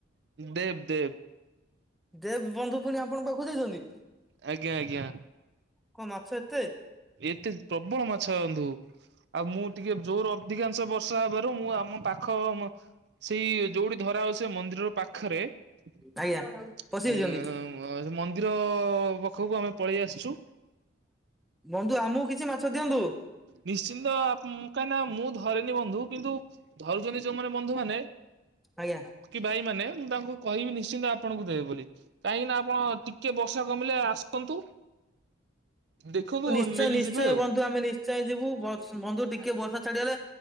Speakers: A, on the right; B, in the centre.
A: ଦେବ୍ ଦେବ୍।
B: ଦେବ୍ ବନ୍ଧୁ ପୁଣି ଆପଣଙ୍କ ପାଖକୁ ଯାଇଛନ୍ତି?
A: ଆଜ୍ଞା ଆଜ୍ଞା।
B: କଣ ମାଛ ଏତେ
A: ଏତେ ପ୍ରବଳ ମାଛ ଅନ୍ଧୁ ଆଉ ମୁଁ। ଟିକେ ଜୋର ଅଧିକାଂଶ ବର୍ଷା ହେବାରୁ ମୁଁ ଆମ ପାଖ। ମ ସେଇ ଯୋଉଠି ଧରା ହଉଚି ସେ ମନ୍ଦିରରୁ ପାଖରେ। ଉଁ
B: ଆଜ୍ଞା ପଶି ଯାଇଛନ୍ତି
A: ଉଁ ସେ ମନ୍ଦିର ପାଖକୁ ଆମେ ପଳେଇ ଆସିଛୁ।
B: ବନ୍ଧୁ ଆମକୁ କିଛି ମାଛ ଦିଅନ୍ତୁ।
A: ନିଶ୍ଚିନ୍ତ ଆପ କାହିଁକିନା ମୁଁ ଧରେନି ବନ୍ଧୁ କିନ୍ତୁ। ଧରୁଛନ୍ତି ଯୋଉମାନେ ବନ୍ଧୁ ମାନେ
B: ଆଜ୍ଞା
A: କି ବାଇ ମାନେ ମୁଁ ତାଙ୍କୁ କହିବି ନିଶ୍ଚିନ୍ତ। ଆ ଆପଣଙ୍କୁ ଦେବେ ବୋଲି କାହିଁକିନା ଆପଣ ଟିକେ ବର୍ଷା କମିଲେ ଆସନ୍ତୁ। ଦେଖନ୍ତୁ
B: ନିଶ୍ଚୟ
A: ନେଇକି
B: ନିଶ୍ଚୟ
A: ଯିବେ ଆଉ।
B: ବନ୍ଧୁ ଆମେ ନିଶ୍ଚୟ ଯିବୁ। ବର୍ଷ ବନ୍ଧୁ ଟିକେ ବର୍ଷା ଛାଡିଗଲେ।